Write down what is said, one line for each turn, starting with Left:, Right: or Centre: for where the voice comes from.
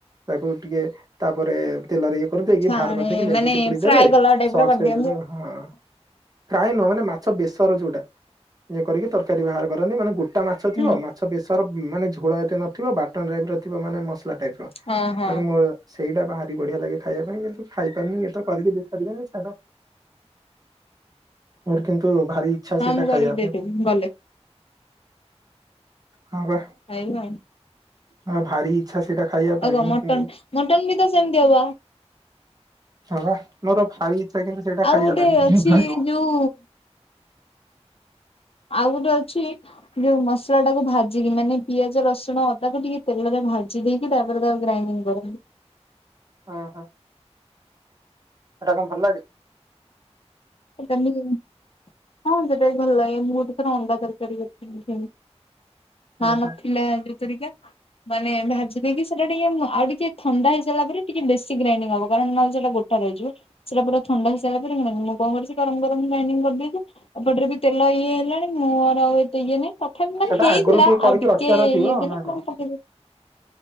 Right: ତାକୁ ଟିକେ ତାପରେ ତେଲରେ ଇଏ କରିଦେଇକି
Left: ଛାଣେ
Right: ବାହାର କରିଦେଇକି ଲେମ୍ବୁ
Left: ମାନେ
Right: ଚିପୁଡି
Left: ଫ୍ରାଏ
Right: ଦେବେ
Left: କଲା ଟାଇପ
Right: ସକ୍ସ
Left: ର କରିଦିଅନ୍ତି
Right: ଦେଇଦେବେ
Left: ଆଉ।
Right: ହଁ। ଫ୍ରାଏ ନୁ ମାନେ ମାଛ ବେଶର ଯୋଉଟା ଇଏ କରିକି ତରକାରୀ ବାହାର କରନ୍ତି ମାନେ ଗୋଟେ ଟା ମାଛ ଥିବ
Left: ହୁଁ
Right: ମାଛ ବେଶର ମାନେ ଝୋଳ ଏତେ ନଥିବ ବାଟନ ଟାଇପ ର ଥିବ ମାନେ ମସଲା ଟାଇପ ର।
Left: ହଁ ହଁ
Right: ମାନେ ମ ସେଇଟା ବାହାରି ବଢିଆ ଲାଗେ ଖାଇବା ପାଇଁ କିନ୍ତୁ ଖାଇପାରୁନି ଏଇ ତ କରିକି ଦେପାରିବେନି ଛାଡ଼। ମୋର କିନ୍ତୁ ଭାରି ଇଛା
Left: ହଁ
Right: ସେଇଟା
Left: କରିକି
Right: ଖାଇବା
Left: ଦେଇଦେବି
Right: ପାଇଁ।
Left: ମୁଁ ଗଲେ।
Right: ହଁ ବା।
Left: ଖାଇବୁ ଆଉ।
Right: ହଁ ଭାରି ଇଛା ସେଇଟା ଖାଇବା ପାଇଁ
Left: ଆଉ କଣ
Right: ମୁଁ
Left: ମଟନ ମଟନ ବି ତ ସେମିତି ହବ
Right: ହଁ ଵା ମୋର ଭାରି ଇଛା କିନ୍ତୁ ସେଇଟା
Left: ଆଉ
Right: ଖାଇବା
Left: ଗୋଟେ
Right: ପାଇଁ
Left: ଅଛି
Right: ଖାଇବ
Left: ଯୋଉ ଆଉ ଗୋଟେ ଅଛି ଯୋଉ ମସଲା ଟାକୁ ଭାଜିକି ମାନେ ପିଆଜ ରସୁଣ ଅଦାକୁ ଟିକେ ତେଲରେ ଭାଜି ଦେଇେ କି ତାପରେ ତାକୁ ଗ୍ରାଇଣ୍ଡଡିଙ୍ଗ କରି
Right: ଓ ହୋ ସେଟା କଣ ଭଲ ଲାଗେ?
Left: <inaudible> ହଁ ଯେଟା ବି ଭଲ ମୁଁ ସେଥିରେ ଅଣ୍ଡା ତରକାରୀ କରିଥିଲି ସେମିତି।
Right: ହୁଁ
Left: ହଁ
Right: ହୁଁ
Left: ନଥିଲା <unintelligible> ମାନେ ଭାଜି ଦେଇେଇକି ସେଇଟା ଟିକେ ଆଉ ଟିକେ ଥଣ୍ଡା ହେଇସଲା ପରେ ଟିକେ ବେଶୀ ଗ୍ରାଇଡ୍ରିଙ୍ଗ ହବ ନହେଟା ଗୋଟା <unintelligible> ସେଇଟା ପୁରା ଥଣ୍ଡା ହେଇସାରିଲା ପରେ <unintelligible> କଣ କରିଚି ଗରମ ଗରମ ଗ୍ରାଇଣ୍ଡିଙ୍ଗ କରିଦେଇଛିଉପଟରେ ବି ତେଲ ଇଏ ହେଇଲାଣି ମୁଁର ଆଉ ଏତେ ଇଏ ନାଇଁ। ତଥାପି ମାନେ
Right: ସେଟା
Left: ହେଇଥିଲା
Right: ଆଗରୁ କରିକି
Left: ଆଉ ଟିକେ
Right: ରଖିବାର ଥିବ
Left: ଇଏ ଦେଲେ
Right: ନା
Left: ମୁଁ
Right: କଣ?
Left: ପକେଇଦେଲି।